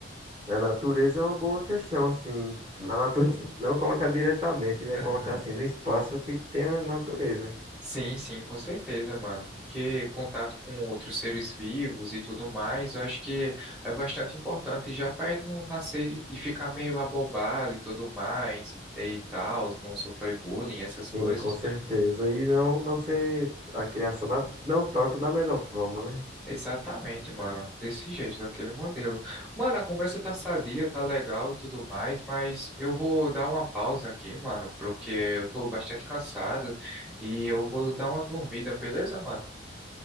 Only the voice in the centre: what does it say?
<laughs>
Sim, sim, com certeza, mano, porque contato com outros seres vivos e tudo mais, eu acho que é bastante importante já pra ele não nascer e ficar meio abobado e tudo mais e, e tal, não sofrer bullying, essas
coisas.
Exatamente, mano. Desse jeito, daquele modelo. Mano, a conversa tá sadia, tá legal e tudo mais, mas eu vou dar uma pausa aqui, mano, porque eu tô bastante cansado e eu vou dar uma dormida, beleza, mano?